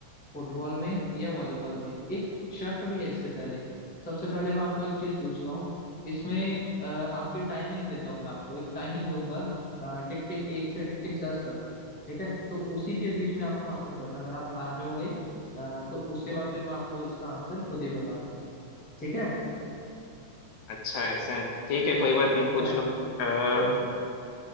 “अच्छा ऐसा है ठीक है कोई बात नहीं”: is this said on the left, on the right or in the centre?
Left